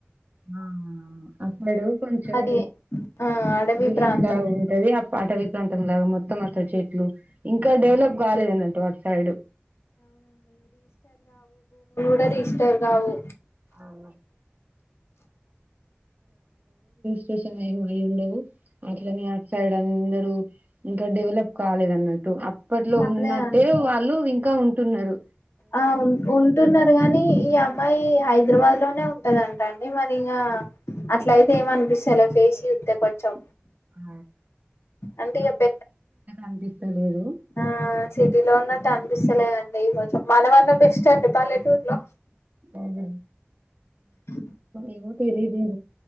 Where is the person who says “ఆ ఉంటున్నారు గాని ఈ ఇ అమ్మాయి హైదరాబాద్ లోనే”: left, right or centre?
Left